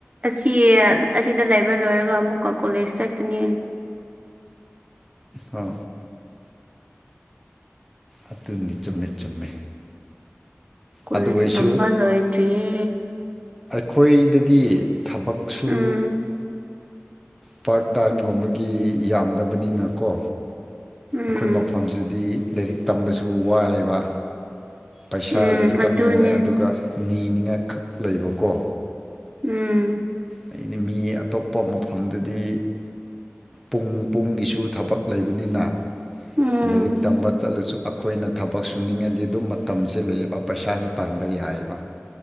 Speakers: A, on the right (about 30°); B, in the centre.
A: ꯑꯁꯤ ꯑꯁꯤꯗ ꯂꯩꯕ ꯂꯣꯏꯔꯒ ꯑꯃꯨꯛꯀ ꯀꯣꯂꯦꯖ ꯆꯠꯀꯅꯤ
B: ꯑ ꯑꯗꯨꯅꯤ ꯆꯝꯃꯦ ꯆꯨꯝꯃꯦ
A: ꯀꯨꯜ
B: ꯑꯗꯨ
A: ꯏꯁ
B: ꯑꯣꯏꯔꯁꯨ
A: ꯇꯝꯕ ꯂꯣꯏꯗ꯭ꯔꯤꯌꯦ
B: ꯑꯩꯈꯣꯏꯗꯗꯤ ꯊꯕꯛꯁꯨ
A: ꯎꯝ
B: ꯄꯥꯔꯠ ꯇꯥꯏꯝꯒꯨꯝꯕꯒꯤ ꯌꯥꯝꯗꯕꯅꯤꯅꯀꯣ
A: ꯎꯝ
B: ꯑꯩꯈꯣꯏ ꯃꯐꯝꯁꯤꯗꯤ ꯂꯥꯏꯔꯤꯛ ꯇꯝꯕꯁꯨ ꯋꯥꯏꯑꯕ ꯄꯩꯁꯥꯥꯁ
A: ꯎꯝ
B: ꯆꯪꯉꯦ
A: ꯑꯗꯨꯅꯦ
B: ꯑꯗꯨꯒ ꯅꯤꯅꯤꯡꯉꯥꯏꯈꯛ ꯂꯩꯕꯀꯣ
A: ꯎꯝ
B: ꯍꯥꯏꯗꯤ ꯃꯤ ꯑꯇꯣꯞꯄ ꯃꯐꯝꯗꯗꯤ ꯄꯨꯡ ꯄꯨꯡꯒꯤꯁꯨ ꯊꯕꯛ ꯂꯩꯕꯅꯤꯅ
A: ꯎꯝ
B: ꯂꯥꯏꯔꯤꯛ ꯇꯝꯕ ꯆꯠꯂꯁꯨ ꯑꯩꯈꯣꯏꯅ ꯊꯕꯛ ꯁꯨꯅꯤꯡꯉꯗꯤ ꯑꯗꯨꯝ ꯃꯇꯝꯁꯦ ꯂꯩꯌꯦꯕ ꯄꯩꯁꯥꯁꯨ ꯇꯥꯟꯕ ꯌꯥꯏꯑꯕ